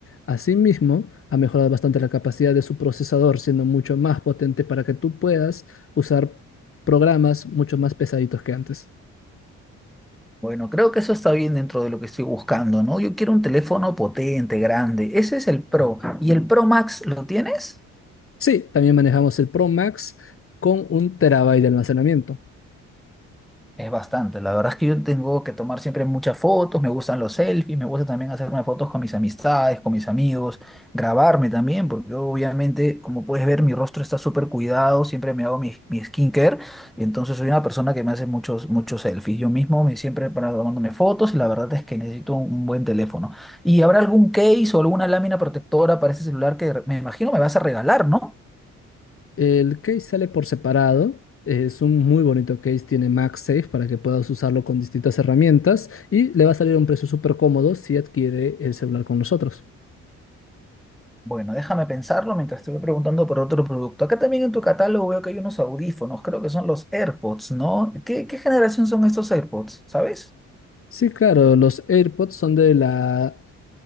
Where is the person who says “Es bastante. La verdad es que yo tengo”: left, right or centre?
Centre